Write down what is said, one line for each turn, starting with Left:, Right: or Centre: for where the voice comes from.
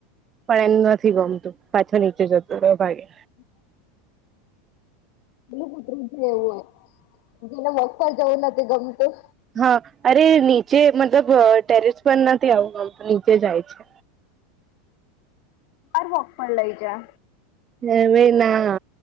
Right: પણ એમ નથી ગમતું, પાછો નીચે જતું ભાગે.
Left: હમ. એેલું પુતરું છે, એવું હોય, જેને વક પર જવું નથી ગમતું.
Right: હા, અરે નીચે મતલબ ટેરેસ પણ નથી, આવું આવતું નીચે જાય છે.
Left: બ વોક પણ લઈ જા.
Right: હવે ના